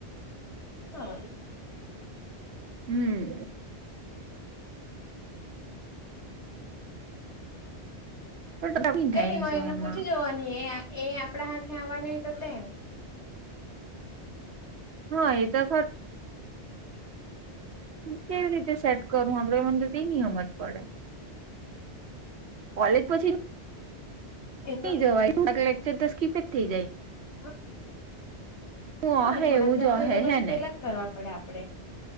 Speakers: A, on the left (about 80°); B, on the right (about 70°).
A: હા વરી
B: હમ પણ
A: કઈ
B: થાય
A: ન મ
B: છો
A: એને
B: એમાં
A: પૂછી જવા ન એ એ આપણા હાથે આવવાનું તો તેમ
B: હા એ તો ખ કેવી રીતે સેટ કરું હમ મને તેનીમજ પડે કોલેજ પછી
A: એ
B: નઈ
A: તો
B: જવાય લેક્ચર તો સ્કીપ જ થઈ જાય
A: હા
B: હું
A: હા
B: અહે
A: થોડાક
B: એવું
A: લાગકચર
B: જ અહે
A: ગયો પછી
B: હે
A: પેલા
B: ને
A: કરવા પડે આપડે